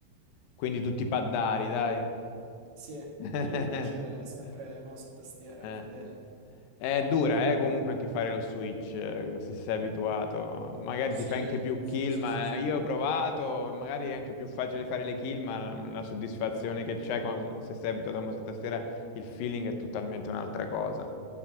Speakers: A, on the left; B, on the right.
A: Quindi tutti paddari, dai.
B: sì,
A: <laughs>
B: io invece sempre mouse e tastiera,
A: Eh.
B: fedele.
A: È dura, eh, comunque anche fare lo Switch, eh, se sei abituato. Magari
B: Sì,
A: ti fai anche più
B: sì,
A: kill,
B: sì,
A: ma
B: sì, sì.
A: io ho provato, magari è anche più facile fare le kill, ma la, la soddisfazione che c'è quando- se sei abituato a mouse e tastiera, il feeling è totalmente un'altra cosa.